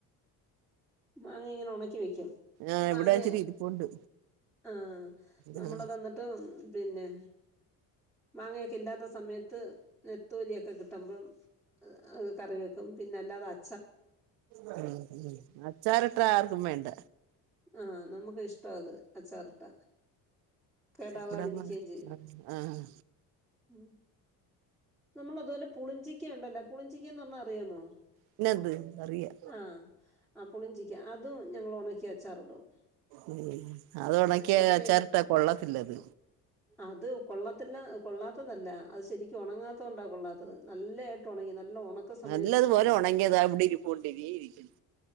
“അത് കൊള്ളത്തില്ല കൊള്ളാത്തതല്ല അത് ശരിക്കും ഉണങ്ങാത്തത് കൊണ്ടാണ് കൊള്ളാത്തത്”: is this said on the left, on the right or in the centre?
Centre